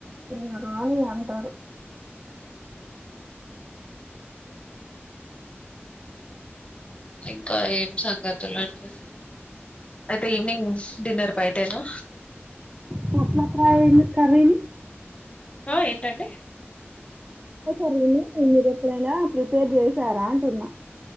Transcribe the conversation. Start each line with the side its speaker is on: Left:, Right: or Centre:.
Right: తిన రాదు అంటరు.
Left: ఇంకా ఏం సంగతులండి. అయితే ఈవినింగ్ డిన్నర్ బయటేనా
Right: పొట్ల కాయని కర్రీనీ
Left: ఆ ఏంటండి
Right: కర్రీని మీరెప్పుడైనా ప్రిపేర్ చేసారా అంటున్న